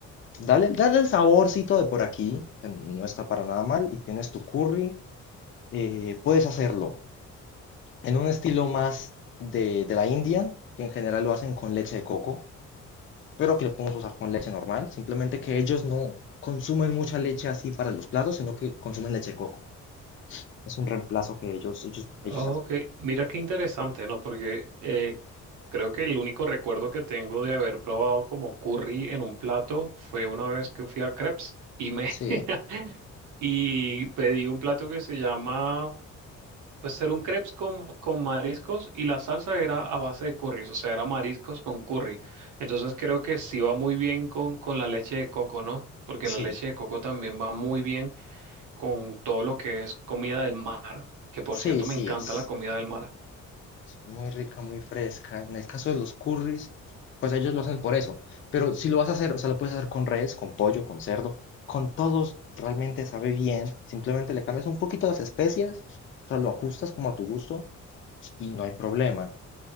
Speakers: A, on the left (about 40°); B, on the right (about 80°).
A: dale, dale el saborcito de por aquí, que no está para nada mal, y tienes tu curry, eh, puedes hacerlo en un estilo más de, de la India, que en general lo hacen con leche de coco, pero que lo podemos usar con leche normal. Simplemente que ellos no consumen mucha leche así para los platos, sino que consumen leche de coco. Es un reemplazo que ellos, ellos,
B: Oh,
A: ellos hacen.
B: ok, mira qué interesante, ¿no? Porque eh, creo que el único recuerdo que tengo de haber probado como curry en un plato fue una vez que fui a Crepes y me
A: Sí,
B: <laughs> y pedí un plato que se llama Pues era un crepes con, con mariscos y la salsa era a base de curry o sea, era mariscos con curry. Entonces creo que sí va muy bien con, con la leche de coco, ¿no? Porque
A: sí,
B: la leche de coco también va muy bien con todo lo que es comida del mar, que por
A: sí,
B: cierto
A: sí,
B: me encanta
A: es
B: la comida del mar.
A: es muy rica, muy fresca. En el caso de los curries, pues ellos lo hacen por eso. Pero si lo vas a hacer, o sea, lo puedes hacer con res, con pollo, con cerdo, con todos, realmente sabe bien. Simplemente le cambias un poquito las especias, o sea, lo ajustas como a tu gusto y no hay problema.